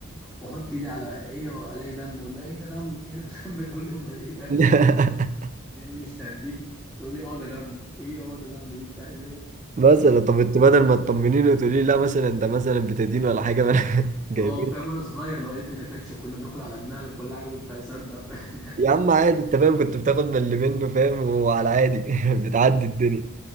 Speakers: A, in the centre; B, on the right.
A: واحط ايدي على عيني والاقي دم اقول لها ايه ده دم ايه ده دم <laughs> تقول لي امال ايه ده
B: <laughs>
A: يعني مش تهديني تقول لي اه ده دم ايه اه ده دم دي انت عايزه ايه
B: مثلا طب انت بدل ما تطمنيني وتقولي لي لا مثلا انت مثلا بتدين ولا حاجه ما أنا- <laughs> جايبين
A: اه فاهم وانا صغير لو قالت لي ده كاتشب كنا بناكل على دماغك ولا حاجه كنت هصدق فاهم <laughs> يعني
B: يا
A: انت
B: عم
A: ايه
B: عادي انت فاهم كنت بتاخد من اللي منه فاهم وعلى عادي <laughs> بتعدي الدنيا